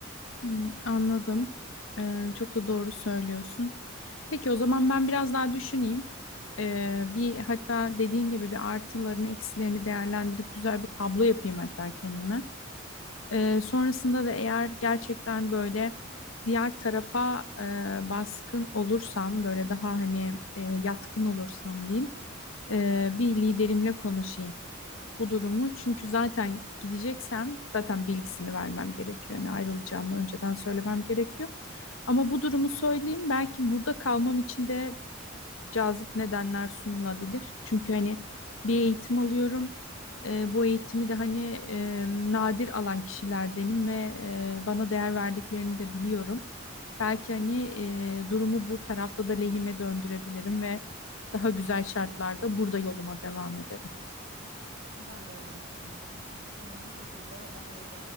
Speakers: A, on the left; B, on the right.
A: Hı, anladım. Ee, çok da doğru söylüyorsun. Peki o zaman ben biraz daha düşüneyim. Ee, bir hatta dediğin gibi bir artılarını eksilerini değerlendirip güzel bir tablo yapayım hatta kendime. Ee, sonrasında da eğer gerçekten böyle diğer tarafa e, baskın olursam böyle daha hani e, yatkın olursam diyeyim e, bir liderimle konuşayım. bu durumu. Çünkü zaten gideceksem zaten bilgisini vermem gerekiyor. Yani ayrılacağımı önceden söylemem gerekiyor. Ama bu durumu söyleyeyim belki burada kalmam için de cazip nedenler sunulabilir. Çünkü hani bir eğitim alıyorum. E, bu eğitimi de hani e, nadir alan kişilerdenim ve e, bana değer verdiklerini de biliyorum. Belki hani e, durumu bu tarafta da lehime döndürebilirim ve daha güzel şartlarda burada yoluma devam ederim.
B: Ben de öyle düşünüyorum. Hani bu şekilde daha böyle